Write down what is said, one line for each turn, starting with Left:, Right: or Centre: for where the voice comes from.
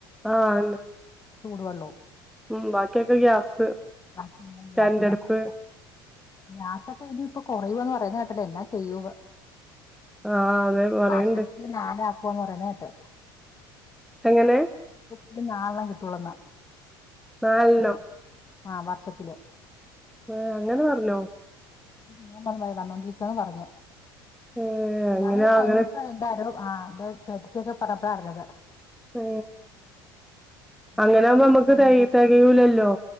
Centre: ആ അന്നെ
Left: ചൂടു വെള്ളം
Centre: ഉം ബാക്കിയൊക്കെ ഗ്യാസ്
Left: ബാക്കി എല്ലാം ഗ്യാസിലാ
Centre: കരന്റടുപ്പ്
Left: ഗ്യാസൊക്കെ എനി ഇപ്പൊ കൊറയുന്ന് പറയുന്ന കേട്ടല്ലോ എല്ലാ ചെയ്യൂ
Centre: ആഹ് അതെ പറയണ്ട്
Left: മാശത്തില് നാലാക്കുവന്ന് പറയുന്ന കേട്ട്
Centre: എങ്ങനെ
Left: ഇത് നാൽണ്ണം കിട്ടൂളന്നാ
Centre: നാല് എണ്ണം
Left: ആ വർഷത്തില്
Centre: ഏ അങ്ങനെ പർനോ?
Left: മോൻ പറഞ്ഞ് വന്നോണ്ടിരിക്കാന്ന് പറഞ്ഞ്.
Centre: ഏഹ് അങ്ങനെ
Left: ഞാനിത് കഴിഞ്ഞ
Centre: അങ്ങനെ
Left: ദിവസം എൻ്റാരോ ആഹ എ ചേട്ടത്തിക്കെ പറപ്പടാരഞ്ഞത്
Centre: ഉ അങ്ങനെ
Left: ചക്ക
Centre: നമ്മുക്ക്
Left: പൊരിക്കാൻ
Centre: ത
Left: വേണ്ടി
Centre: തകയൂലല്ലോ